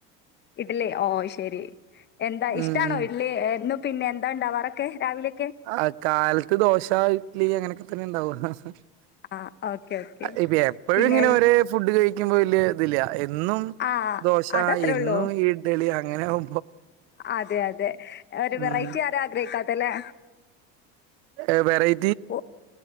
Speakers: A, on the left (about 35°); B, on the right (about 80°).
A: ഇഡലി ഓ ശെരി എന്താ ഇഷ്ടാണോ
B: ഉം ഉം
A: ഇഡ്ലി എന്നും? പിന്നെ എന്താണ്ടാവാറൊക്കെ രാവിലെ
B: ആ കാലത്ത് ദോശ ഇഡ്ലി അങ്ങനൊക്കെ. <unintelligible>
A: ആഹ് ഓക്കെ ഓക്കെ.
B: ഇപ്പ എപ്പോഴും
A: പിന്നെ
B: ഇങ്ങനെ ഒരേ ഫുഡ് കഴി കഴിക്കുമ്പോ വല്യ ഇതില്യ ഏ എന്നും
A: ആഹ്
B: ദോശ
A: അതത്രേ
B: എന്നും
A: ഉള്ളൂ.
B: ഇഡലി അങ്ങനെയാവു
A: അതെ അതെ ഒരു
B: ഉം
A: വെറൈറ്റി ആരാ ആഗ്രഹിക്കാ ത്തല്ലേ?
B: ഏ വെറൈ
A: ഓ